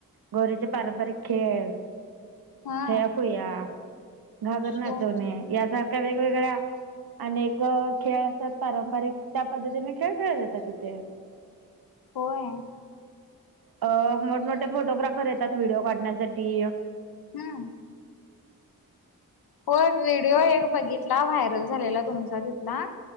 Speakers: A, on the right (about 80°); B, on the left (about 80°).
A: गोरीचे पारंपरिक खेळ.
B: हा
A: छया फुया घागर नाचवणे
B: हो
A: यासारख्या वेगवेगळ्या अनेक खेळ असतात पारंपरिक त्या पद्धतीने खेळ खेळले जातात तिथे.
B: होय.
A: अ मोठमोठे फोटोग्राफर येतात व्हिडिओ काढण्यासाठी.
B: हम्म. होय व्हिडिओ एक बघितला व्हायरल झालेला तुमचा तिथला.